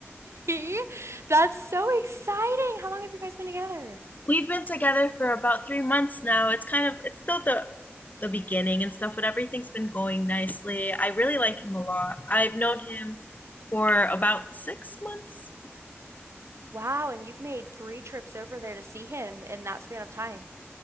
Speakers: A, on the right; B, on the left.
A: <laughs> That's so exciting. How long have you guys been together?
B: We've been together for about three months now. It's kind of it's still the the beginning and stuff, but everything's been going nicely. I really like him
A: Mm.
B: a lot. I've known him for about six months.
A: Wow, and you've made 3 trips over there to see him in that span of time.